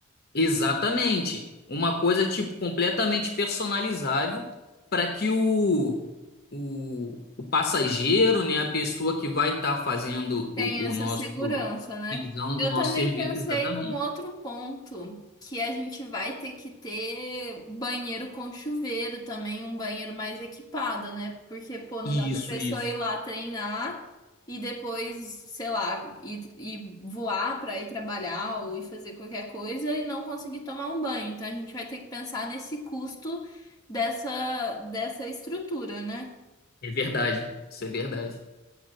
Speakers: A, on the left (about 45°); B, on the left (about 15°).
A: Exatamente. Uma coisa tipo completamente personalizável para que o, o, o passageiro, né, a pessoa que vai estar fazendo
B: Tem
A: o,
B: essa
A: o nosso,
B: segurança, né?
A: utilizando
B: Eu
A: o nosso
B: também
A: serviço,
B: pensei
A: exatamente.
B: num outro ponto, que a gente vai ter que ter banheiro com chuveiro também, um banheiro mais equipado, né? Porque, pô, não
A: Isso,
B: dá pra pessoa
A: isso.
B: ir lá treinar e depois, sei lá, ir, ir voar pra ir trabalhar ou ir fazer qualquer coisa e não conseguir tomar um banho. Então a gente vai ter que pensar nesse custo dessa, dessa estrutura, né?
A: É verdade. Isso é verdade.